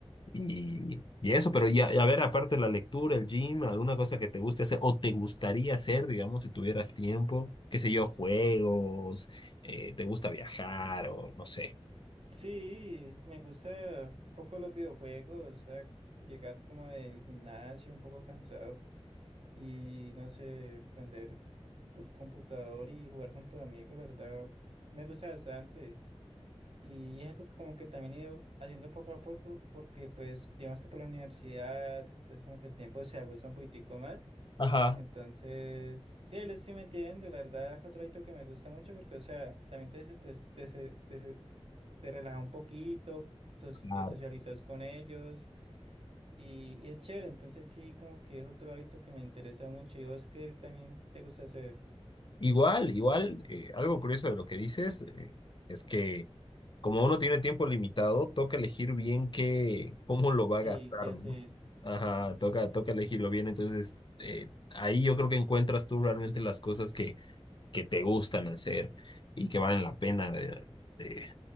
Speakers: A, on the left; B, on the right.
A: Y, y eso, pero ya, a ver, aparte de la lectura, el gym, alguna cosa que te guste hacer o te gustaría hacer, digamos, si tuvieras tiempo, qué sé yo, juegos, eh, te gusta viajar o no sé.
B: Sí, me gusta un poco los videojuegos, o sea, llegar como del gimnasio un poco cansado y no sé, prender tu computador y jugar con tu amigo, la verdad, me gusta bastante. Y es algo que como que también he ido haciendo poco a poco, porque pues digamos que por la universidad, entonces como que el tiempo se ajusta un poquitico más.
A: Ajá.
B: Entonces, sí, ahí lo estoy metiendo, la verdad es otro hábito que me gusta mucho porque, o sea, también te, te, te, te, te relaja un poquito, so-
A: Claro.
B: eh, socializas con ellos. Y, y es chévere, entonces sí, como que es otro hábito que me interesa mucho. ¿Y vos qué también te gusta hacer?
A: Igual, igual, eh, algo curioso de lo que dices eh, es que como uno tiene tiempo limitado, toca elegir bien qué, cómo lo va
B: Sí,
A: a gastar,
B: qué hacer.
A: ¿no? Ajá, toca, toca elegirlo bien. Entonces, eh, ahí yo creo que encuentras tú realmente las cosas que, que te gustan hacer y que valen la pena de, de-